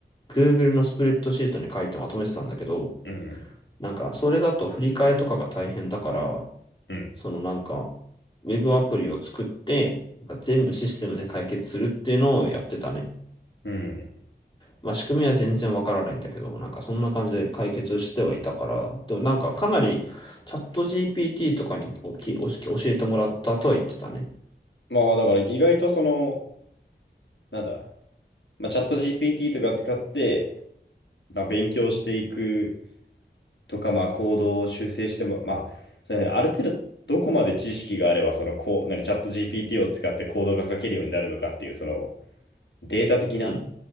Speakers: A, on the left (about 25°); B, on the left (about 80°).
A: Google のスプレッドシートに書いてまとめてたんだけど、
B: うん、
A: なんか、それだと振り替えとかが大変だから、
B: うん、
A: そのなんか、ウェブアプリを作って、なんか全部システムで解決するっていうのをやってたね。
B: うん。
A: まあ仕組みは全然わからないんだけど、なんかそんな感じで解決してはいたから、でもなんかかなりチャット GPT とかにおきおし教えてもらったとは言ってたね。
B: まあ、だから意外とその、なんだ、まあ、チャット GPT とか使って、まあ、勉強していくとか、まあ、行動を修正しても、まあ、それある程度、どこまで知識があれば、その、こう、何、チャット GPT を使ってコードが書けるようになるのかっていう、その、データ的な、
A: うん。